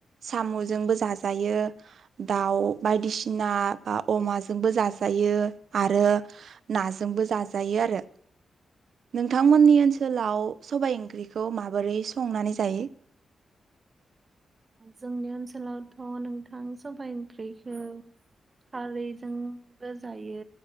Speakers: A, on the right (about 65°); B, on the right (about 30°).
A: साम'जोंबो जाजायो दाउ बायदिसिना बा अमाजोंबो जाजायो आरो नाजोंबो जाजायो आरो नोंथांमोननि ओनसोलाव सबाय ओंख्रिखौ माबोरै संनानै जायो।
B: जोंनि ओनसोलावथ' नोंथां सबाय ओंख्रिखौ खारैजोंबो जायो